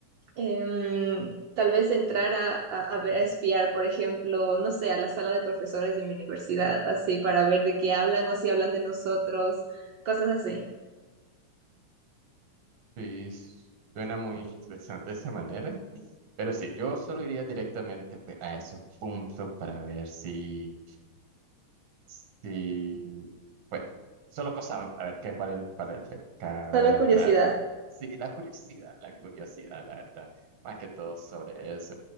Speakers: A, on the right; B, on the right.
A: em, tal vez entrar a, a, a ver, a espiar, por ejemplo, no sé, a la sala de profesores de mi universidad, así, para ver de qué hablan o si hablan de nosotros, cosas así.
B: Sí, suena muy interesante de esa manera. Pero sí, yo solo iría directamente pues, a esos puntos para ver si, si, pues, solo cosa, a ver qué, cuál es, el- cuál es el pecado
A: Solo
B: de
A: curiosidad.
B: entrar. Sí, la curiosidad, la curiosidad, la verdad, más que todo sobre eso.